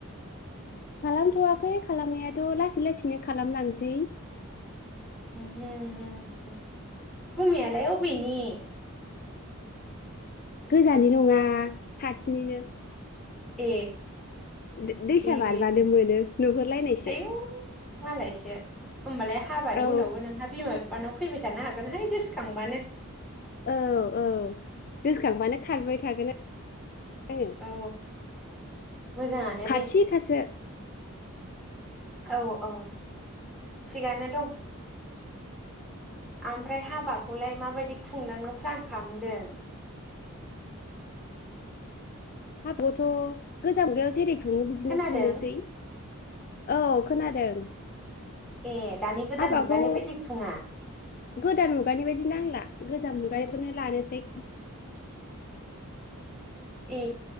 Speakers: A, on the left; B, in the centre.
A: खालामथ'वाखै खालामनायाथ' लासै लासैनो खालामलांसै।
B: हम हम हम गुमैयालाय अबेनि?
A: गोजाननि नङा खाथिनिनो।
B: ए
A: दै- दैसा
B: दे
A: बारबानो
B: दे दे
A: मोनो नुहुरलायनायसो
B: आयौ मालायसो होमबालाय हाबानि
A: औ
B: उनावबो नोंहा बिमा बिफ बिफानाव फैबाय थानो हागोनहाय गोसोखांबानो।
A: औ औ गोसोखांबानो खारबाय थागोन आ
B: औ मोजाङानो
A: खाथि
B: दे
A: खासो।
B: औ औ थिगानो दं ओमफ्राय हाबाखौलाय माबायदि खुंलांनो प्लान खालामदों?
A: हाबायाथ' गोजाम मुगायाव जेरै खुङो बिदिनो
B: खोनादों
A: खुंनोसै। औ खोनादों।
B: ए दानि गोदान
A: हाबाखौ
B: मुगानि बायदि खुङा
A: गोदान मुगानि बायदि नांला गोजाम मुगानिखौनो लानोसै
B: <inaudible> ए